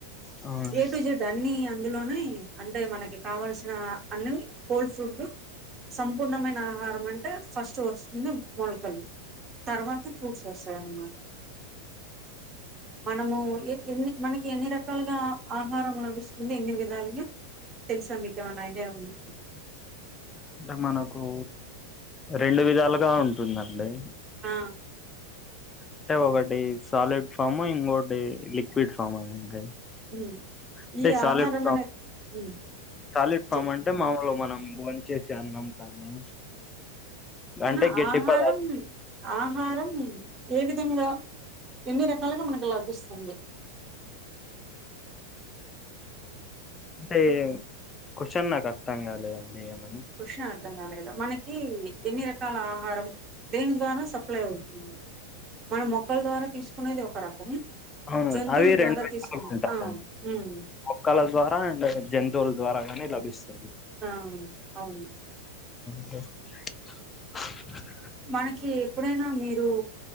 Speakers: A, on the left (about 20°); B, on the right (about 25°).
A: అంటే
B: ఏ టు జేడ్ అన్ని ఇందులోనే అంటే మనకి కావల్సిన అన్నివి హొల్ ఫుడ్ గా సంపూర్ణమైన ఆహారం అంటే ఫస్ట్ వస్తుంది. మొలకలు. తర్వాత ఫ్రూట్స్ వస్తాయన్నమాట. మనము ఎ ఎన్ని మనకి ఎన్ని రకాలుగా ఆహారం లభిస్తుంది? ఎన్ని విధాలుగా? తెలుసా మీకు ఏమన ఐడియా ఉందా?
A: అంటే మనకు రెండు విధాలుగా ఉంటుందండి.
B: ఆ
A: అంటే ఒకటి సాలిడ్ ఫాము, ఇంకొటి లిక్విడ్ ఫాము అనేది.
B: ఉమ్
A: అంటే
B: ఈ
A: సాలిడ్
B: ఆహారం
A: ఫామ్,
B: అనే ఉమ్
A: సాలిడ్ ఫామ్
B: చెప్
A: అంటే మామూలు మనం భోంచేసే అన్నం కానీ, అంటే
B: అహ
A: గట్టి
B: ఆహారం,
A: పదార్థం
B: ఆహారం ఏ విధంగా? ఎన్ని రకాలుగా మనకు లభిస్తుంది?
A: అంటే కర్చ నాకుతం కద నిమ
B: హుషర్ లేదా మనకి ఎన్ని రకాల ఆహారం దేని ద్వారా సప్లై అవుతుంది మనం మొక్కల ద్వారా తీసుకునేది ఒక రకం
A: అవును
B: జంతువుల
A: అవి
B: ద్వారా
A: రెండు
B: తీసుకుని
A: ఉంటారండి
B: ఆ ఉమ్
A: మక్కల ద్వారా అండ్ జంతు దోల్ ద్వారాగాని భిస్తుంది
B: ఆ అవును
A: అంట
B: మనకి ఎప్పుడైనా మీరు